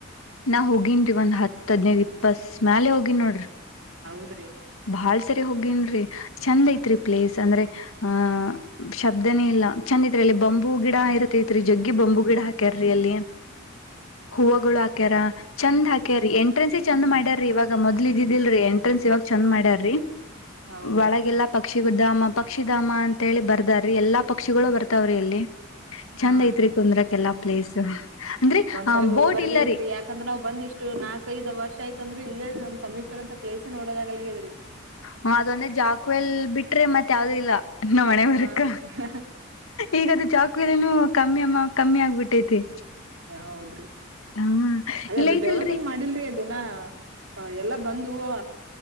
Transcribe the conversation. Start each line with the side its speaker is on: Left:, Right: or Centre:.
Left: ನಾ ಹೋಗಿನಿ ಒಂದ್ ಹತ್ ಹೆಡ್ನೈಡು ಇಪ್ಪಸ್ ಮ್ಯಾಲ ಹೋಗಿನಿ ನೋಡ್ರಿ
Right: ಹೌದ್ರಿ
Left: ಬಾಳ್ ಸರಿ ಹೋಗೇನೀರಿ ಚಂದ ಐತ್ರಿ ಪ್ಲೇಸ್ ಅಂದ್ರೆ ಆ ಶಬ್ದನೇ ಇಲ್ಲ ಚಂದ ಐ ಅಲ್ಲಿ ಬಂಬು ಗಿಡ ಇರುತ್ತೆ ಐತ್ರಿ ಜಗ್ಗಿ ಬಂಬು ಗಿಡ ಹಾಕ್ಯಾರೀ ಅಲ್ಲಿ ಹೂವುಗಳು
Right: ಹಾ
Left: ಹಾಕ್ಯಾರ ಚಂದ್ ಹಾಕ್ಯಾರಿ ಎಂಟ್ರೆನ್ಸ್ ಚಂದ್ ಮಾಡ್ಯ ರೀವ ಮೊದ್ಲ ಇದಿದಿಲ್ರಿ ಎಂಟ್ರೆನ್ಸ್ ಇವಾಗ ಚಂದ ಮಾಡ್ಯಾರ್ರೀ
Right: ಹೌದ್ರಿ
Left: ಒಳಗೆಲ್ಲ ಪಕ್ಷಿ ಪಕ್ಷಿ ಧಾಮ ಪಕ್ಷಿಧಾಮ ಅಂತ ಹೇಳಿ ಬರ್ದಾರ್ರಿ ಎಲ್ಲಾ ಪಕ್ಷಿಗಳು ಬರ್ತಾವ್ರಿ ಇಲ್ಲಿ ಚಂದ
Right: ಹಾ
Left: ಐತ್ರಿ
Right: ರೀ
Left: ಕುಂದ್ರಕ್ ಎಲ್ಲಾ ಪ್ಲೇಸ್ ಅಂದ್ರೆ
Right: ಸರಿ ಹೋಗ್
Left: ಬೋಟ್
Right: ಬರ್ಬೇಕೇ್ರೀ
Left: ಇಲ್ಲರಿ
Right: ಯಾಕಂದ್ರೆ ಅವ್ ಬಂದ ಇಷ್ಟು ನಾಲ್ಕ ೈದು ವರ್ಷ ಆಯತಂದ್ರೆ ಇಲ್ಲೇ ರ ನ್ ಸಮೀಪರಂತ ಪ್ಲೇಸ್ ನೋಡೋಾಗಲ್ಲೇ ಇದ್ರಿ
Left: ಹ ಅದೊಂದ್ರೆ ಜಾಕ್ವೆಲ್ ಬಿಟ್ರೆ ಮತ್ ಯಾವ್ದ ಇಲ್ಲ ನ ಮನೆವರ್ಕ
Right: ಹಾ ಹಾ
Left: ಈಗದು ಜಾಕ್ವೆಲ್ ನು ಕಮ್ಮಿ ಅಮ್ಮ ಕಮ್ಮಿ ಆಗ್ಬಿಟ್ಟೈತಿ
Right: ಹೌದ್ರಿ
Left: ಹಾ
Right: ಅದೇ
Left: ಇಲ್ಲ
Right: ಅದು
Left: ಐತಿಲ್ರಿ
Right: ಡೆವಲಪ್ಮೆಂಟ್ ಮಾಡಿಲ್ರಿ ಅದಿನ ಎಲ್ಲ ಬಂದ ಹ